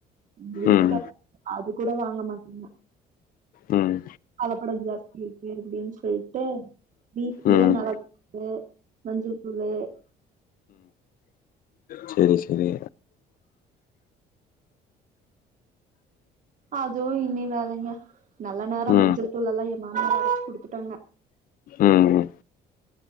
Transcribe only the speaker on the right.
எங்க வீட்டுக்கார்
அது கூட வாங்க மாட்டங்க
கலப்படோ ஜாஸ்தி இருக்கு அப்டின்னு சொல்ட்டு வீட்லயே
மெளகு கு மஞ்சள் தூளு <inaudible>
அதுவு இன்னி வேலங்க நல்ல நேரோ
மஞ்சள் தூள் எல்லா ஏ மாமியார் அரச்சு குடுத்துட்டாங்க